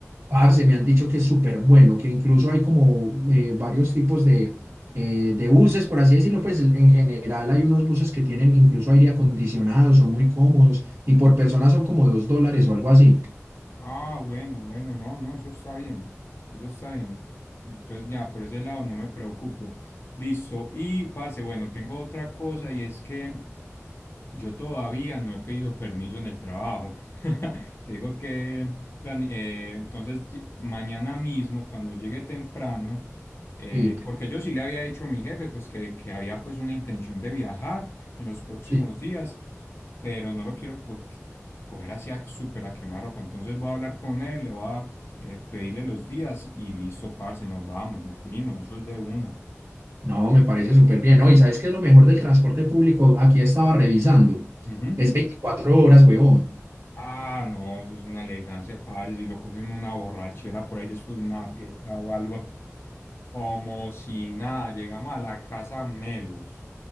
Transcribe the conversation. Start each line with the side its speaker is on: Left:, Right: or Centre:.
Right: Parce, me han dicho que es súper bueno, que incluso hay como eh, varios tipos de, eh, de buses, por así decirlo, pues en en general hay unos buses que tienen incluso aire acondicionado, son muy cómodos y por persona son como dos dólares o algo así.
Left: Ah, bueno, bueno, no, no, eso está bien, eso está bien. Entonces ya, por ese lado no me preocupo. Listo. Y, parce, bueno, tengo otra cosa y es que yo todavía no he pedido permiso en el trabajo. <laughs> Te digo que plan- eh, entonces ll- mañana mismo, cuando llegue temprano, eh,
Right: Sí,
Left: porque yo sí le había dicho a mi jefe pues que, que había pues una intención de viajar en los próximos
Right: sí.
Left: días, pero no lo quiero co- coger hacia súper a quemarropa. Entonces voy a hablar con él, le voy a eh, pedirle los días y listo, parce, nos vamos, nos fuimos, eso es de una.
Right: No, me parece súper bien, ¿no? Y sabes qué es lo mejor del transporte público, aquí estaba revisando,
Left: Ujú.
Right: es 24 horas, huevón.
Left: Ah, no, eso es una elegancia, padre. Si lo coge uno una borrachera por ahí después de una fiesta o algo, como si nada, llegamos a la casa melos.